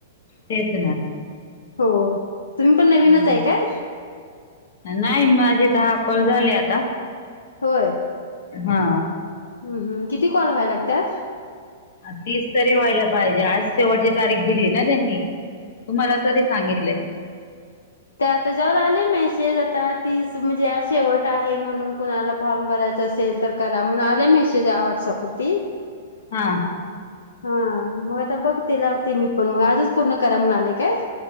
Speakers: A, on the left (about 60°); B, on the left (about 85°).
A: तेच ना.
B: हो, तुम्ही पण
A: हम्म.
B: नवीनच आहे काय?
A: नाही, माझे दहा कॉल झाले आता.
B: होय.
A: हा.
B: हम्म हम, किती कॉल व्हायला लागतात?
A: तीच तरी व्हायला पाहिजे, आज शेवटची तारीख दिली ना त्यांनी. तुम्हाला तरी सांगितलय.
B: ते आता त्याज्यावर आले मेसेज आता, तीस म्हणजे आज शेवट आहे म्हणून, कुणाला फॉर्म भरायचं असेल तर करा म्हणून आले मेसेज या व्हाट्सअप वरती.
A: हा.
B: हा मग आता बघते, लावते मी पण मग. आजच पूर्ण करा म्हणाले काय?